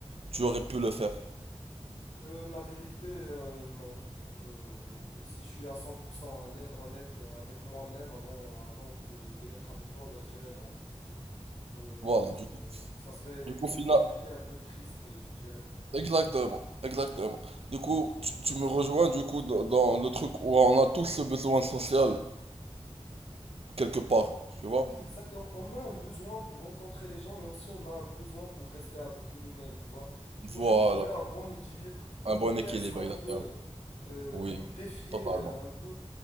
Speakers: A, on the right; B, on the left.
A: tu aurais pu le faire?
B: Euh, la vérité, euh, non. Euh, si je suis à 100% honn- honnête avec moi-même avant, avant que de l'être avec toi, bah je dirais non. Euh,
A: Voilà, du coup,
B: ça serait
A: du
B: une
A: coup, final-
B: une vie un peu triste, je dirais.
A: Exactement, exactement. Du coup, tu, tu me rejoins du coup dans, dans le truc où on a tous ce besoin social quelque part, tu vois?
B: Oui, exactement. On a un besoin pour rencontrer les gens et aussi on a un besoin pour rester avec nous-mêmes, tu vois. Faut
A: Voilà,
B: juste trouver un bon équilibre,
A: un bon équilibre,
B: faire ce qu'on
A: exactement.
B: veut, euh,
A: Oui,
B: nous défier
A: totalement.
B: euh, un peu